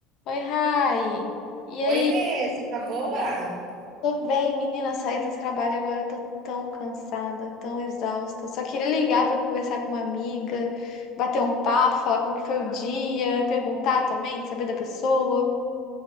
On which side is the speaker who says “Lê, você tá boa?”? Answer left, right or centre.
Right